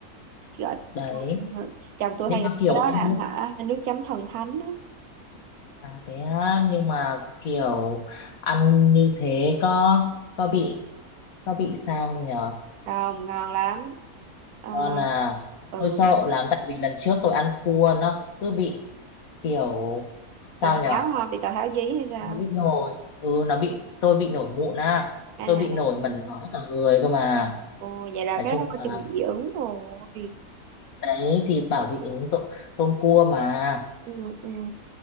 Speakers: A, on the right; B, on the left.
A: gọi
B: đấy
A: tôi- chồng tôi
B: nhưng
A: hay gọi
B: mà kiểu
A: cái đó
B: ăn
A: là
B: như-
A: hả nước chấm thần thánh đó
B: à thế á, nhưng mà kiểu ăn như thế có có bị có bị sao không nhỉ
A: không ngon lắm Ờ,
B: còn là
A: ừ
B: tôi sợ lắm tại vì lần trước tôi ăn cua nó cứ bị kiểu sao
A: tào
B: nhở
A: tháo hả bị tào tháo dí hay sao
B: nó bị nổi ừ nó bị tôi bị nổi mụn á
A: à
B: tôi bị
A: à.
B: nổi mẩn ngó cả người cơ mà
A: Ồ, vậy là
B: nói
A: cái
B: chung
A: đó có
B: là
A: chừng dị ứng rồi.
B: đấy thì bảo dị ứng tôm, tôm cua mà
A: Ừ, ừ.